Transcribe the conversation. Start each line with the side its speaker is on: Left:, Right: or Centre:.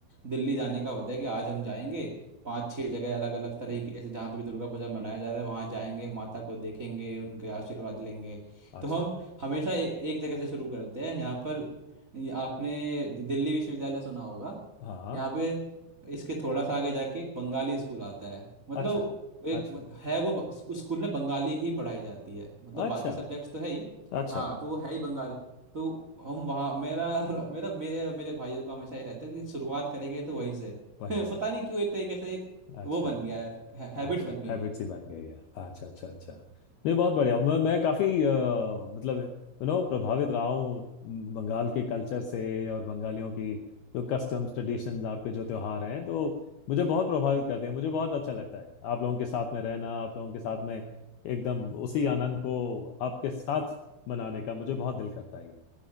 Right: दिल्ली जाने का होता है कि आज हम जाएंगे पांच छह जगह अलग अलग तरीके से जहाँ पे भी दुर्गा पूजा मनाया जा रहा है वहाँ जाएंगे माता को देखेंगे उनके आशीर्वाद लेंगे
Left: अच्छा
Right: तो हम हमेशा ए, एक जगह से शुरू करते हैं यहाँ पर ये आपने दिल्ली विश्वविद्यालय सुना होगा
Left: हाँ
Right: यहाँ पे इसके थोड़ा सा आगे जाके एक बंगाली स्कूल आता है मतलब
Left: अच्छा
Right: एक
Left: अच्छा
Right: है वो उस स्कूल में बंगाली ही पढ़ाई जाती है मतलब
Left: अच्छा
Right: बाकी सब्जेक्ट्स तो है ही
Left: अच्छा
Right: हाँ तो वो है ही बंगाल तो हम वहाँ मेरा मेरा मेरे और मेरे भाइयों का हमेशा ये रहता है कि शुरुआत करेंगे तो वहीं से <laughs>
Left: वहीं
Right: पता
Left: से
Right: नहीं क्यों एक तरीके से एक
Left: अच्छा
Right: वो बन गया है हैबिट
Left: अच्छा
Right: बन गई
Left: हैबिट्स
Right: है
Left: ही बन गई है अच्छा अच्छा अच्छा नहीं बहुत बढ़िया मैं, मैं काफी अ, मतलब यू नो प्रभावित रहा हूँ बंगाल के कल्चर से और बंगालियों की जो कस्टम्स ट्रेडिशंस आपके जो त्योहार हैं तो मुझे बहुत प्रभावित करते हैं मुझे बहुत अच्छा लगता है आप लोगों के साथ में रहना आप लोगों के साथ में एकदम उसी आनंद को आपके साथ मनाने का मुझे बहुत दिल करता है